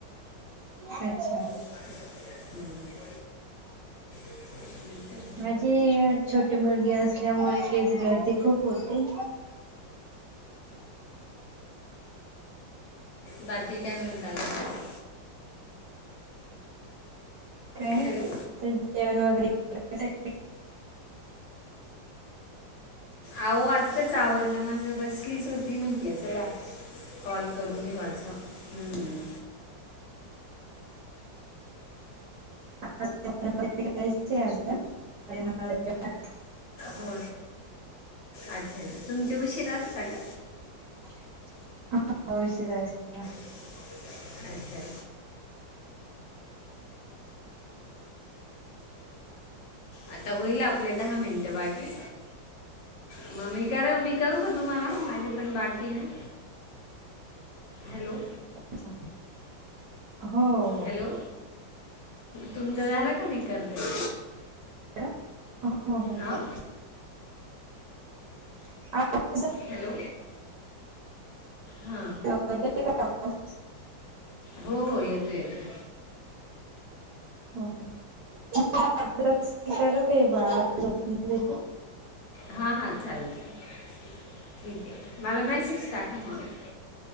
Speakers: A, on the right; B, on the left.
A: अच्छा.
B: हम्म. <inaudible>
A: माझी छोटी मुलगी असल्यामुळे केस गळती खूप होते.
B: बाकी काय म्हणता अजून?
A: काय
B: हॅलो
A: तर जेवण वगैरे <unintelligible>
B: अहो आ त्ताच आवरल माझं बसलीच होती म्हटलं चला कॉल करून घेऊ आज हम्म.
A: <unintelligible>
B: हो अच्छा तुमचे उशीर असता का?
A: <unintelligible> उशिरा असत्या.
B: अच्छा. आता होईल आपले दहा मिनटं बाकी. म- मी करु मी करू का तुम्हाला माझी पण बाकी ए ना? हॅलो.
A: छा, हो हो.
B: हॅलो, तुमचं झाला का मी करते.
A: हा हो हो
B: हां
A: <unintelligible> <unintelligible>
B: हॅलो, हा.
A: <unintelligible> <inaudible>
B: हो हो येतोय येतोय.
A: <unintelligible> बाळाला झोपून घेते.
B: हां हां चालेल चालेल ठीक ए मला मेसेज टाका हा म.